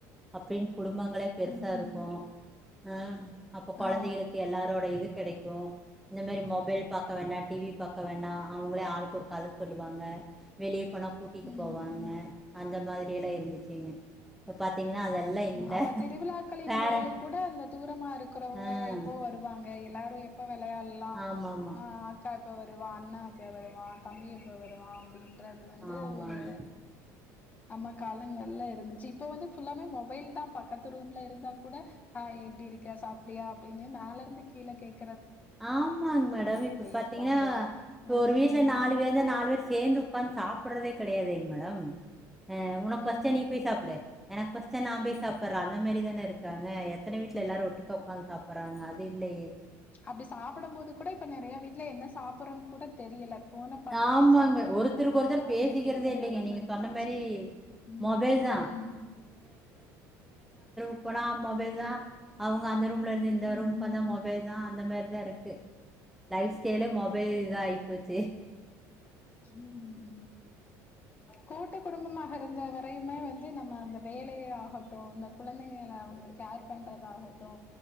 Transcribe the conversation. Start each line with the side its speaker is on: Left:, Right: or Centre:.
Centre: அப்டின்னு குடும்பங்களே பெருசா
Left: ம்
Centre: இருக்கு அ அப்போ கொழந்திங்களுக்கு
Left: ஆ
Centre: எல்லாரோட இது கெடைக்கு இந்த மாரி மொபைல் பாக்க வேணா டிவி பாக்க வேணா அவங்களே ஆளுக்கு ஒரு கத சொல்லுவாங்க வெளியே போனா கூட்டிட்டு
Left: ம்
Centre: போவாங்க அந்த இந்த மாரியல்லா இருந்துச்சுங்க இப்ப பாத்தீங்கன்னா அதெல்லா இல்ல
Left: அப்ப திருவிழாக்களின்
Centre: பேரன்
Left: போது கூட அந்த தூரமா இருக்கிறவங்க
Centre: ஆ
Left: எப்போ வருவாங்க எல்லாரு எப்ப வெளயாடலா
Centre: ஆமாமா.
Left: அ அக்கா எப்போ வருவா அண்ணா எப்போ வருவா தம்பி எப்போ வருவா அப்டின்னு றது வந்து
Centre: ஆமாங்க.
Left: ஒரு நம்ம காலங்கள்ல இருந்துச்சு இப்ப வந்து ஃபுல்லாமே மொபைல் தா பக்கத்து ரூம்ல இருந்தா கூட ஹாய் எப்டி இருக்க சாப்டியா அப்டினு மேலருந்து கீழ கேக்
Centre: ஆமாங் மேடம் இப்ப
Left: போயிர்றாங்க.
Centre: பாத்திங்கனா இப்ப
Left: ம்.
Centre: ஒரு வீட்ல நாலு வேரு தா நாலு வேர் சேந்து உக்காந்து சாப்புட்றதே கெடயாதே <unintelligible> டம் அ உனக்
Left: ம்.
Centre: பஸ்ச்சா நீ போய் சாப்டு எனக் பஸ்ச்சா நா போய் சாப் புர்ர அந்த மேரி தானருக் க்காங்க எத் த்தன வீட்ல எல்லாரு ஒட்டுக்க உக்காந்து சாப்புறாங்க அது இல்லயே
Left: அப்டி சாப்படம்போது கூட இப்ப நெறய வீட்டுல என்ன சாப்புறோன் கூட தெரியல ஃபோன பாத்துட்டு
Centre: ஆமாங்க.
Left: சாப்புற
Centre: ஒருத்தருக்கு
Left: நிலம
Centre: ஒருத்தர்
Left: இதா
Centre: பேசிக்கிறதே
Left: இன்னைக்கு இருக்க
Centre: இல்லைங்க.
Left: நெலம
Centre: நீங்க சொன்ன
Left: வந்து
Centre: மாரி
Left: ச்சு ம்
Centre: மொபைல் தான். இப்ப னா மொபைல் தா அவங்க அந்த ரூ லருந்து இந்த
Left: ம்.
Centre: ரூம்கு வந்தா மொபைல் அந் மேரிதா இருக்கு லைஃப் ஸ்டைலே மொபைல் இதா ஆயிப்போச்சு
Left: ம் கூட்டு குடும்பமாகருந்த வரையுமே வந்து நம்ம அந்த வேலயே ஆகட்டு இந்த குழந்தைங்கள அவங்க கேர் பண்றதாகட்டு